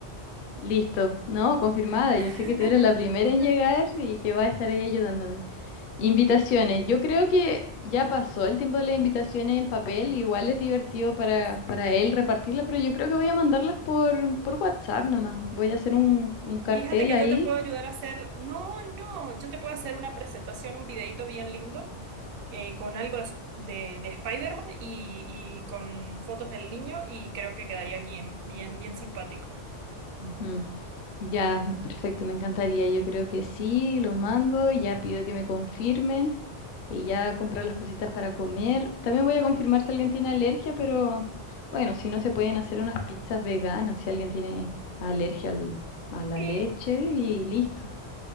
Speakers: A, on the left; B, on the right.
A: Listo, ¿no? Confirmada.
B: <laughs>
A: Yo sé que tú eres la primera en llegar y que va a estar ahí ayudándome. Invitaciones. Yo creo que ya pasó el tiempo de las invitaciones en papel. Igual es divertido para,
B: Sí.
A: para él repartirlas, pero yo creo que voy a mandarlas por, por WhatsApp nomás. Voy a hacer un, un cartel
B: Fíjate que
A: ahí.
B: yo te puedo ayudar a hacer, no, no, yo te puedo hacer una presentación, un videito bien lindo eh, con algo de, de Spider-Man y, y con fotos del niño y creo que quedaría bien, bien, bien simpático.
A: Ujú. Ya, perfecto, me encantaría. Yo creo que sí, lo mando. Ya pido que me confirmen y ya comprar las cositas para comer. También voy a confirmar si alguien tiene alergia, pero bueno, si no se pueden hacer unas pizzas veganas, si alguien tiene alergia al- a la
B: Sí,
A: leche y listo.